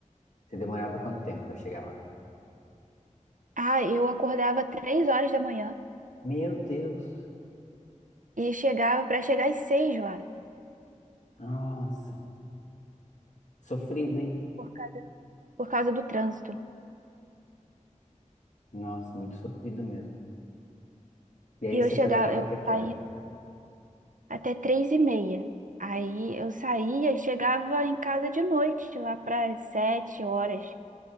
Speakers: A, on the left; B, on the right.
A: Você demorava quanto tempo para chegar lá?
B: Ah, eu acordava três horas da manhã
A: Meu Deus.
B: e chegava para chegar às seis lá,
A: Nossa, sofrido, hein?
B: por causa por causa do trânsito.
A: Nossa, muito sofrido mesmo. E aí
B: E eu
A: você
B: chegava,
A: trabalhava
B: eu
A: até que
B: saía
A: hora?
B: até três e meia. Aí eu saía e chegava em casa de noite, lá para sete horas.